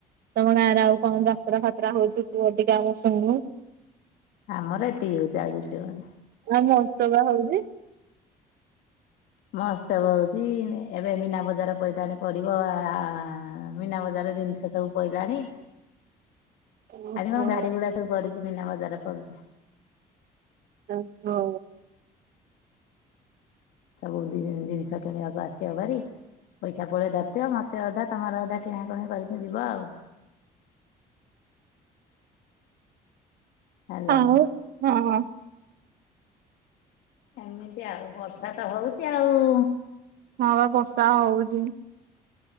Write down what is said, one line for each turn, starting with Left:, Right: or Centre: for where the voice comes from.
Right: ତମ ଗାଁରେ ଆଉ କଣ ଯାତରା ଖାତରା ହଉଛି ତୁ ଟିକେ ଆମକୁ ଶୁଣିବୁ?
Left: ଆମର ଏତିକି ହଉଛି ଆଉ କିଛି ହଉନି
Right: ଆ ମସ୍ତ ବା ହଉଛି।
Left: ମହୋତ୍ସବ ହଉଛି ଏବେ ମୀନାବଜାର ପଇଲାଣି ପଡିବ ଆ ମୀନାବଜାର ଜିନିଷ ସବୁ ପଇଲାଣି।
Right: ଓହୋ
Left: ଆଜି କଣ ଗାଡିଗୁଡା ସବୁ ଗଢୁଛି ବିନା ବଜାର ପଡୁଛି।
Right: ହଉ।
Left: ସବୁ ଜିନିଷ କିଣିବାକୁ ଆସିବା ଭାରି। ପଇସା ପୁଳେ ଧରିଦିଅ ମତେ ଅଧା ତମର ଅଧା କିଣାକଣି କରିକି ଯିବ ଆଉ। ହାଲୋ।
Right: ଆଉ ହଁ ହଁ
Left: ଏମିତି ଆଉ ବର୍ଷା ତ ହଉଚି ଆଉ।
Right: ହଁ ବା ବର୍ଷା ହଉଚି।